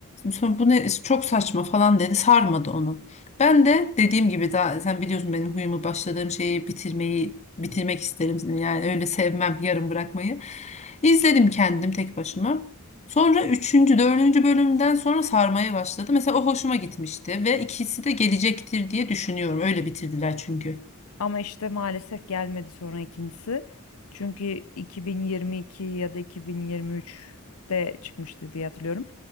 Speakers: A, on the left; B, on the left.
A: Sonra bu ne çok saçma falan dedi. Sarmadı onu. Ben de dediğim gibi daha sen biliyorsun benim huyumu başladığım şeyi bitirmeyi bitirmek isterim. Yani öyle sevmem yarım bırakmayı. İzledim kendim tek başıma. Sonra üçüncü, dördüncü bölümden sonra sarmaya başladı. Mesela o hoşuma gitmişti ve ikisi de gelecektir diye düşünüyorum. Öyle bitirdiler çünkü.
B: Ama işte maalesef gelmedi sonra ikincisi. Çünkü 2022 ya da 2023'te çıkmıştı diye hatırlıyorum.